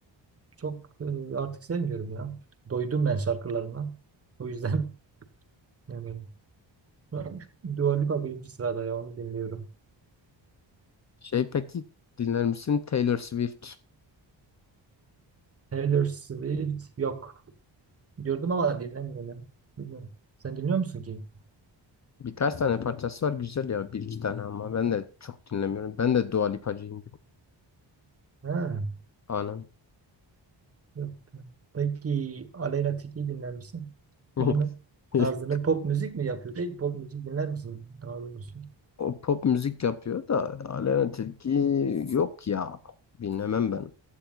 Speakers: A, on the right (about 30°); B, on the left (about 35°).
A: çok e, artık sevmiyorum ya. Doydum ben şarkılarına. O yüzden <laughs> yani Ben Dua Lipa birinci sırada ya onu dinliyorum.
B: Şey peki dinler misin Taylor Swift?
A: Taylor Swift yok. Diyordum ama dinlemiyorum. Bilmiyorum. Sen dinliyor musun ki?
B: Birkaç tane parçası var güzel ya bir iki tane ama ben de çok dinlemiyorum. Ben de Dua Lipacıyım.
A: Ha,
B: Anam.
A: yok. Peki Aleyna Tilki'yi dinler misin?
B: <laughs>
A: Onun tarzını pop müzik mi yapıyor? Değil pop müzik dinler misin? Daha doğrusu.
B: O pop müzik yapıyor da Aleyna Tilki yok ya. Dinlemem ben.